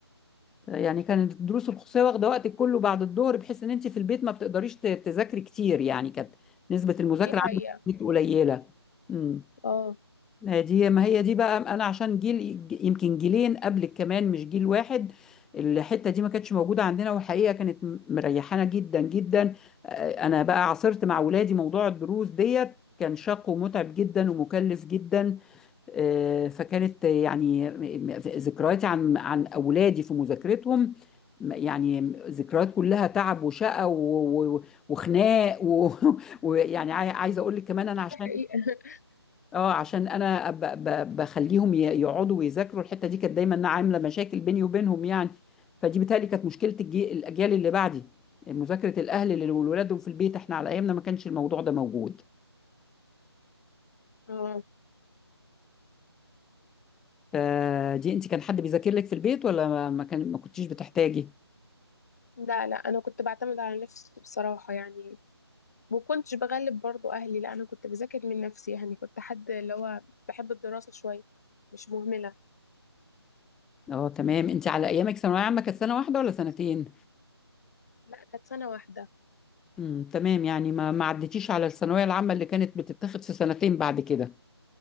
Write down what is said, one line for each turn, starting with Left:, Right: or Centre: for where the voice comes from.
Centre: يعني كانت الدروس الخصوصيه واخده وقتك كله بعد الظهر بحيث ان انت في البيت ما بتقدريش ت- تذاكري كتير يعني كانت نسبه المذاكره
Left: دي حقيقة
Centre: عندك في البيت قليله امم
Left: اه
Centre: ما هي دي ما هي دي بقى انا عشان جيل يمكن جيلين قبلك كمان مش جيل واحد الحته دي ما كانتش موجوده عندنا وحقيقه كانت م- مريحانا جدا جدا آه، انا بقى عاصرت مع اولادي موضوع الدروس ديت كان شاق ومتعب جدا ومكلف جدا آه، فكانت يعني م- م- ذكرياتي عن عن اولادي في مذاكرتهم م- يعني ذكريات كلها تعب وشقى و- و- وخناق و- <laughs> ويعني عاي- عايزه اقول لك كمان انا
Left: دي
Centre: عشان
Left: حقيقة <laughs>
Centre: اه عشان انا ب- ب- بخليهم ي- يقعدوا ويذاكروا الحته دي كانت دايما عامله مشاكل بيني وبينهم يعني فدي بتهيألي كانت مشكله الجي- الاجيال اللي بعدي مذاكره الاهل لولادهم في البيت احنا على ايامنا ما كانش الموضوع ده موجود
Left: اه
Centre: فدي انت كان حد بيذاكر لك في البيت ولا ما ما كان ما كنتيش بتحتاجي
Left: لا لا أنا كنت بعتمد على نفسي بصراحة يعني وكنتش بغلب برضو أهلي لا أنا كنت بذاكر من نفسي يعني كنت حد اللي هو بحب الدراسة شوية مش مهملة
Centre: اه تمام انت على ايامك ثانويه عامه كانت سنه واحده ولا سنتين
Left: لا كانت سنة واحدة
Centre: امم تمام يعني ما ما عدتيش على الثانويه العامه اللي كانت بتتاخد في سنتين بعد كده